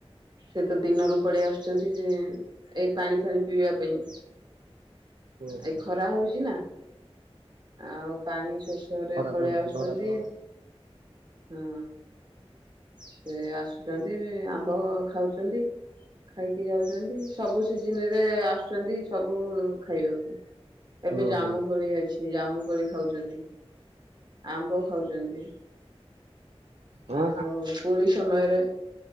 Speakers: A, on the right (about 45°); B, on the right (about 90°).
A: ସେ ତ ଦିନରୁ ପଳେଇ ଆସୁଛନ୍ତି କି ଯେ ଏଇ ପାଣି ଫାଣି ପିଇବା ପାଇଁ।
B: ହଁ ହଁ
A: ଏ ଖରା ହଉଛି ନା। ଆଉ ପାଣି। ଶୋଷରେ
B: ଖରା
A: ପଳେଇ
B: ତ ହଉଛି
A: ଆସୁଛନ୍ତି।
B: ଖରା ତ ଗରମ
A: ହଁ ସେ ଆସୁଛନ୍ତି ବି ଆମ୍ବ। ଖାଉଛନ୍ତି ଖାଇକି ଯାଉଛନ୍ତି ସବୁ ସିଜିନି ରେ ଆସୁ ଆସୁଛନ୍ତି ସବୁ ଖାଇବାକୁ। ଏବେ
B: ହଁ
A: ଜାମୁ
B: ହଁ
A: କୋଳି ଅଛି। ଜାମୁକୋଳି ଖାଉଛନ୍ତି ଆମ୍ବ ଖାଉଛନ୍ତି।
B: ହଁ
A: ଆଉ କୋଳି ସମୟରେ।